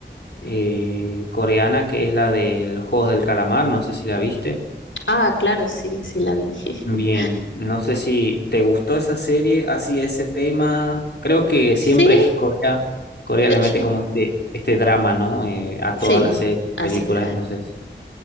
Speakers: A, on the left; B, on the left.
A: eh, coreana, que es la del Juegos del Calamar, no sé si la viste.
B: Ah, claro, sí, sí la vi. <laughs>
A: Bien, no sé si te gustó esa serie, así ese tema. Creo que
B: Sí,
A: siempre <laughs> Corea, Corea
B: de
A: le
B: hecho,
A: mete como este, este drama, ¿no? Eh, a
B: sí,
A: todas las series,
B: así.
A: películas,
B: es.
A: entonces.